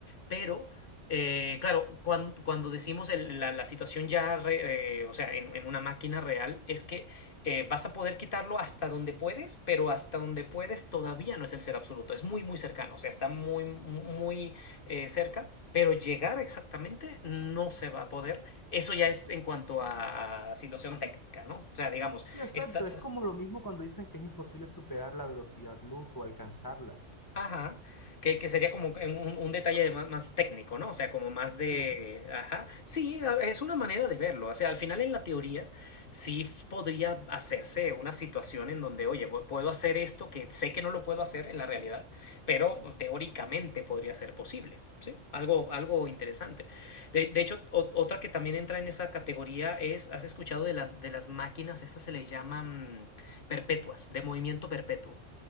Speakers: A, on the left; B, on the left.
A: Pero, eh, claro, cuan- cuando, decimos el- la, la situación ya, re- eh, o sea, en, en una máquina real, es que eh, vas a poder quitarlo hasta donde puedes, pero hasta donde puedes todavía no es el ser absoluto, es muy, muy cercano, o sea, está muy, mu- muy eh, cerca, pero llegar exactamente no se va a poder. Eso ya es en cuanto a, a situación técnica, ¿no? O sea, digamos,
B: Y exacto,
A: está,
B: es como lo mismo cuando dicen que es imposible superar la velocidad luz o alcanzarla.
A: Ajá, que, que sería como que un, un detalle de más, más técnico, ¿no? O sea, como más de,
B: Sí,
A: ajá, sí, a- es una manera de verlo. O sea, al final en la teoría sí f- podría hacerse una situación en donde, oye, pu- puedo hacer esto que sé que no lo puedo hacer en la realidad, pero mm, teóricamente podría ser posible, ¿sí? Algo, algo interesante. De, de hecho, o- otra que también entra en esa categoría es, ¿has escuchado de las, de las máquinas? Estas se les llaman mm, perpetuas, de movimiento perpetuo.